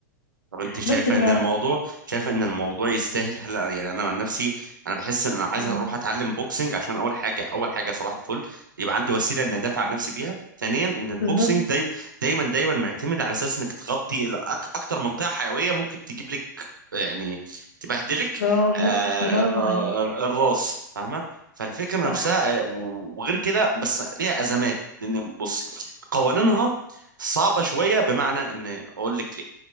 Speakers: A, on the right (about 75°); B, on the left (about 65°).
A: طب انت شايفه
B: بس ف
A: ان الموضوع شايفه ان الموضوع يستاهل هلا يعني انا عن نفسي انا بحس ان انا عايز
B: مم،
A: اروح اتعلم بوكسنج عشان اول حاجه اول حاجه صباح الفل يبقى عندي وسيله ان ادافع عن نفسي بيها ثانيا ان البوكسنج
B: بالظبط
A: دايما دايما دايما معتمد على اساس انك تغطي الأك- اكتر منطقه حيويه ممكن تجيب لك يعني تبهدلك
B: برافو
A: آه،
B: برافو
A: الر-
B: عليك
A: الراس فاهمه فالفكره
B: صح
A: نفسها آه، وغير كده بس ليها ازمات لان بص قوانينها صعبه شويه بمعنى ان اقول لك ليه